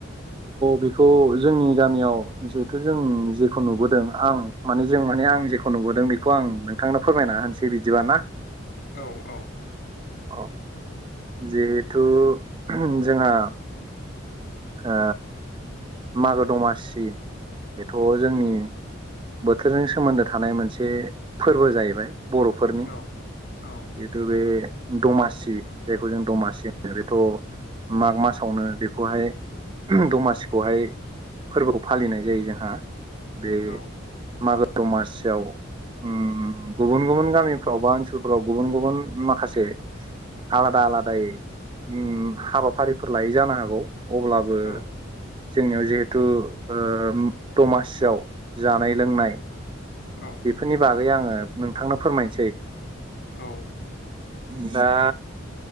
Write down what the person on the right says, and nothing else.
बेखौ जोंनि गामियाव जिहेथु जों जेखौ नुबोदों आं माने जों माने आं जेखौ नुबोदों बेखौ आं नोंथांनो फोरमायना होनसै बिदिबाना
औ जिहेथु जोंहा ओ मागो दमासि बेथ' जोंनि बोथोरजों सोमोन्दो थानाय मोनसे फोरबो जाहैबाय बर'फोरनि जिहेतु
बे दमासि जायखौ जों दमासि होनो बेथ' माग मासावनो बेखौहाय दमासिखौहाय फोरबोखौ फालिनाय जायो जोंहा बे
मागो दमासियाव उम गुबुन गुबुन गामिफ्राव बा ओन लफोराव गुबुन गुबुन माखासे आलादा आलादायै उम हाबाफारिफोर लायै जानो हागौ अब्लाबो
जोंनियाव जिहेथु ओ दमासियाव जानाय लोंनाय
बेफोरनि बागै आङो नोंथांनो फोरमायनोसै
ओ दा